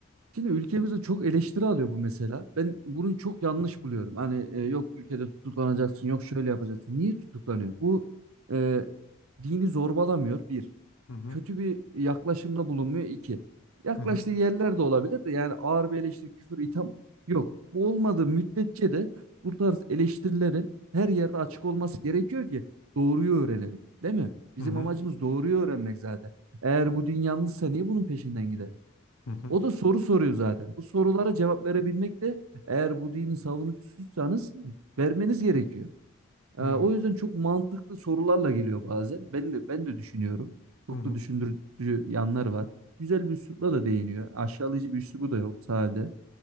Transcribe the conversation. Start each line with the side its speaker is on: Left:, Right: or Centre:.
Right: Şimdi ülkemizde çok eleştiri alıyor bu mesela. Ben bunu çok yanlış buluyorum. Hani e, yok ülkede tutuklanacaksın, yok şöyle yapacaksın. Niye tutuklanıyor? Bu e, dini zorbalamıyor bir.
Left: Hı hı
Right: Kötü bir yaklaşımda bulunmuyor iki. Yaklaştığı
Left: hı hı
Right: yerler de olabilir de yani ağır bir eleştiri, küfür, itham yok. Bu olmadığı müddetçe de bu tarz eleştirilerin her yerde açık olması gerekiyor ki doğruyu öğrenelim, değil mi? Bizim
Left: hı hı
Right: amacımız doğruyu öğrenmek zaten. Eğer bu din yanlışsa niye bunun peşinden gidelim?
Left: hı hı
Right: O da soru soruyor zaten. Bu sorulara cevap verebilmek de eğer bu dinin savunucusuysanız vermeniz gerekiyor. Ee,
Left: hı
Right: o yüzden çok mantıklı sorularla geliyor bazen. Ben de ben de düşünüyorum. Çok
Left: hı hı.
Right: da düşündürücü yanları var. Güzel bir üslupla da değiniyor. Aşağılayıcı bir üslubu da yok sade.